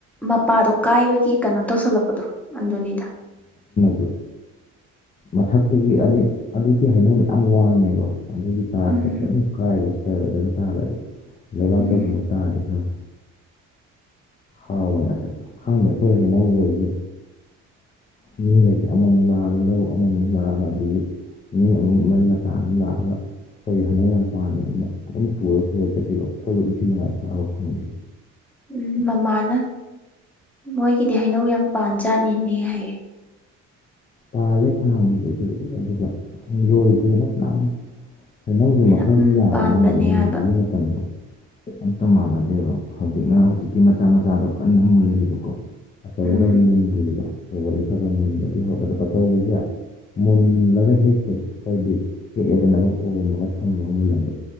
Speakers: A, in the centre; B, on the left.
A: ꯃꯄꯥꯗꯣ ꯀꯥꯏꯕꯒꯤ ꯀꯩꯅꯣ ꯇꯧꯁꯜꯂꯛꯄꯗꯣ ꯑꯟꯗꯣꯅꯤꯗ
B: ꯑꯗꯨ ꯃꯊꯛꯇꯒꯤ ꯑꯗꯨꯒꯤ ꯍꯥꯏꯩꯅꯧꯗ ꯌꯥꯝ ꯋꯥꯡꯉꯦꯕ ꯑꯗꯨꯒꯤ ꯇꯥꯔꯛꯄꯗ
A: ꯎꯝ
B: ꯑꯗꯨꯝ ꯀꯥꯏꯕ ꯇꯔꯗꯕ ꯇꯥꯔ ꯑꯗꯨꯝ ꯂꯩꯕꯥꯛꯇꯒꯨꯝꯕ
A: ꯎꯝ
B: ꯇꯥꯔꯗꯤ ꯈꯪꯦ ꯍꯥꯎꯕꯅꯦ ꯑꯁ ꯈꯪꯗꯦ ꯑꯩꯈꯣꯏ ꯍꯩꯅꯧꯕ ꯑꯩꯁꯦ
A: <unintelligible>
B: ꯃꯤꯈꯩꯁꯦ ꯑꯃꯃꯨꯛ ꯂꯥꯛꯑꯒ ꯂꯧ ꯑꯃꯃꯨꯛ ꯂꯥꯛꯑꯒ ꯑꯗꯒꯤ ꯃꯤ ꯑꯃꯨꯛ ꯃꯩ ꯃꯇꯥ ꯑꯃ ꯂꯥꯛꯑꯒ <inaudible> ꯑꯩꯈꯣꯏꯒꯤ ꯍꯩꯅꯧ ꯌꯥꯝ ꯄꯥꯅꯤꯅ ꯑꯗꯨꯝ ꯄꯨꯔ ꯄꯨꯔ ꯆꯠꯈꯤꯕ ꯑꯩꯈꯣꯏꯕꯨ ꯅꯨꯡꯊꯤ ꯅꯨꯡꯉꯥꯏ ꯆꯥꯕ ꯐꯪꯗꯦ <inaudible>
A: ꯎꯝ ꯃꯃꯥꯅ ꯃꯣꯏꯒꯤꯗꯤ ꯍꯩꯅꯧ ꯌꯥꯝ ꯄꯥꯟꯖꯥꯠꯅꯤꯅꯦ ꯍꯥꯏ
B: ꯄꯥꯜꯂꯦ ꯐꯅꯃꯨꯁꯦ ꯑꯗꯨꯒ ꯂꯣꯏꯗ꯭ꯔꯦꯅ ꯐꯅꯃꯛ <inaudible> ꯍꯩꯅꯧꯁꯦ
A: ꯑꯩꯅ
B: ꯃꯈꯜꯁꯦ
A: ꯎꯝ
B: ꯌꯥꯝꯕꯅꯤꯅꯅꯦ
A: ꯄꯥꯟꯕꯅꯦ
B: ꯃꯨꯟꯕꯒꯤ
A: ꯍꯥꯏꯕ
B: ꯃꯇꯝꯗꯣ <inaudible> <inaudible> ꯑꯝꯇ ꯃꯥꯟꯅꯗꯦꯕ ꯍꯧꯖꯤꯛꯅ ꯍꯧꯖꯤꯛꯀꯤ ꯃꯆꯥ ꯃꯆꯥꯗꯣ ꯀꯟꯅ ꯃꯨꯜꯂꯤꯕꯀꯣ ꯑꯆꯧꯕꯈꯩ
A: ꯎꯝ
B: ꯃꯨꯟꯗ꯭ꯔꯤꯕ ꯑꯆꯧꯕꯁ ꯈꯔ ꯈꯔ ꯃꯨꯟꯕꯗꯤ ꯍꯧꯗꯣ <inaudible> <inaudible> ꯄꯊꯧꯕꯁꯦ <inaudible> ꯃꯨꯜꯂꯒ ꯍꯦꯛꯇꯦ ꯑꯩꯣꯏꯗꯤ ꯍꯦꯛꯑꯦꯗ ꯅꯠꯇꯒ ꯎꯝꯃꯒ ꯊꯝꯃꯒ ꯃꯨꯜꯍꯟꯕ